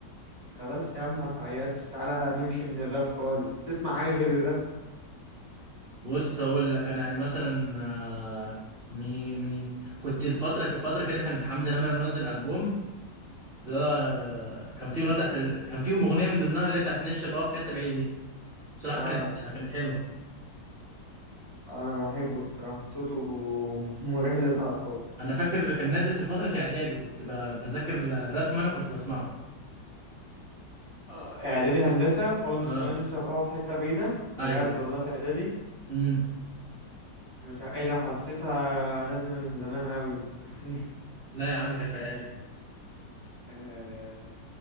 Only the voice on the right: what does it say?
بص اقول لك انا يعني مثلا آه، مين مين كنت الفتره فتره كده كان حمزه نمره منزل البوم لا أنا- كان في اغنيه بتاعت ال... كان فيهم اغنيه من ضمنها اللي هي بتاعت نشا بقى في حته بعيده دي بصراحه
كانت كانت حلوه
انا فاكر كان نازل في فتره اعدادي كنت ب... بذاكر الرسم انا كنت بسمعه
اه
ايوه ايوه
امم
لا يا عم كانت في اعدادي